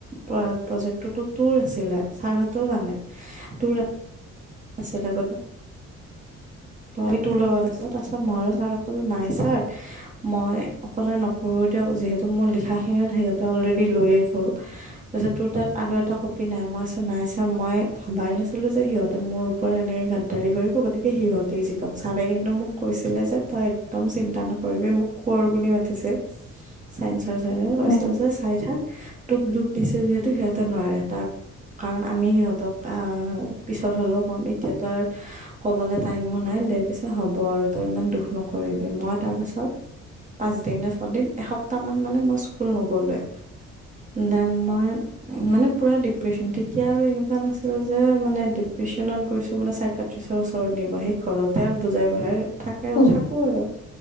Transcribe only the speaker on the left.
<unintelligible>
উম
উম